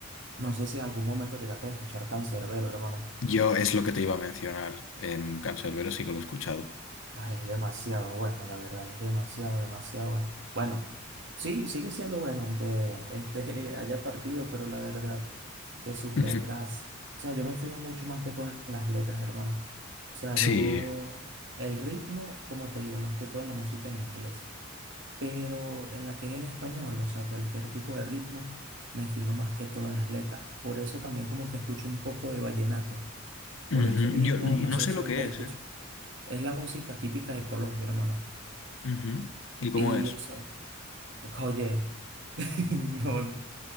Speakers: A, on the right (about 55°); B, on the left (about 65°).
A: No sé si en algún momento llegaste a escuchar Canserbero, hermano.
B: Yo es lo que te iba a mencionar. en Canserbero sí que lo he escuchado.
A: Ay, es demasiado bueno, la verdad, es demasiado, demasiado bueno. Bueno, sí, sigue siendo bueno, aunque este <laughs> haya partido, pero la verdad que sus letras,
B: <laughs> Ujú.
A: o sea, yo me fijo mucho más que todo en las letras, hermano. O sea,
B: Sí.
A: yo, el ritmo, como te digo, más que todo en la música en inglés, pero en la que es en español, o sea, cualquier tipo de ritmo, me fijo más que todo en las letras. Por eso también como que escucho un poco de vallenato.
B: Ujú.
A: Por eso mismo,
B: Yo n-
A: no
B: no
A: sé
B: sé
A: si
B: lo
A: ustedes
B: que es,
A: escuchan.
B: ¿eh?
A: Es la música típica de Colombia, hermano.
B: Ujú. ¿Y
A: Y,
B: cómo es?
A: o sea, oye, <laughs> no, no,